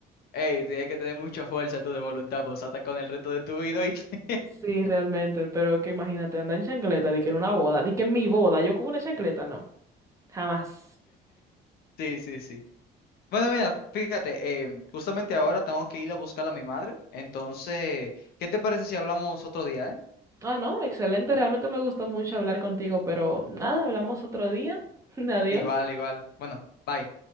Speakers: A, on the left; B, on the right.
A: Ey, tienes que tener mucha fuerza tú de voluntad, pues ata con el resto de tu vida y <laughs>
B: Sí, realmente, pero es que imagínate, andar en chancleta, di que en una boda, di que en mi boda, yo con una chancleta, no, jamás.
A: Sí, sí, sí. Bueno, mira, fíjate, em, justamente ahora tengo que ir a buscar a mi madre. Entonces, ¿qué te parece si hablamos otro día, eh?
B: Ah, no, excelente. Realmente me gustó mucho hablar contigo, pero nada, hablamos otro día. <laughs> Adiós.
A: Igual, igual. Bueno, bye.